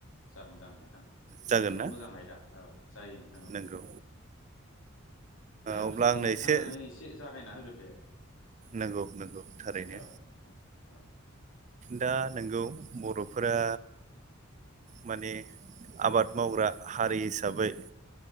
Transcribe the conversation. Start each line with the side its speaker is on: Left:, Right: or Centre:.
Left: जागोन जागोन नोंथां।
Right: जागोन
Left: बेथ' जोबोद
Right: ना
Left: मोजां आयदा औ जायो नोंथां औ।
Right: नंगौ
Left: दा
Right: अब्ला
Left: बिदिब्ला
Right: आंनो
Left: नोंथाङानो
Right: एसे
Left: एसे जागायना होग्रोदो
Right: नंगौ नंगौ थारैनो
Left: औ नोंथां औ
Right: दा नोंगौ बर'फोरा माने आबाद मावग्रा हारि हिसाबै